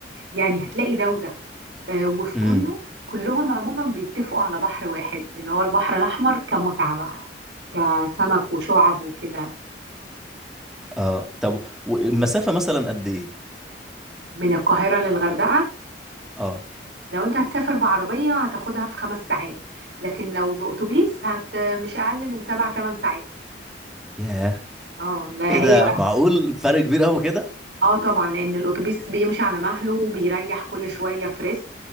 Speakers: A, on the right; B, in the centre.
A: يعني هتلاقي ده وده آه، وفي
B: امم
A: كله كلهم عموما بيتفقوا على بحر واحد اللي هو البحر الأحمر كمتعة بقى كسمك وشعب وكده
B: اه طب والمسافة مثلا قد ايه
A: من القاهرة للغردقة
B: اه
A: لو انت هتسافر بعربية هتاخدها في خمس ساعات لكن لو بأتوبيس هت مش أقل من سبع تمن ساعات
B: ياه
A: اه لا
B: ايه ده
A: هي
B: معقول فرق كبير قوي كده
A: اه طبعا لان الاتوبيس بيمشي على مهله وبيريح كل شويه في ريست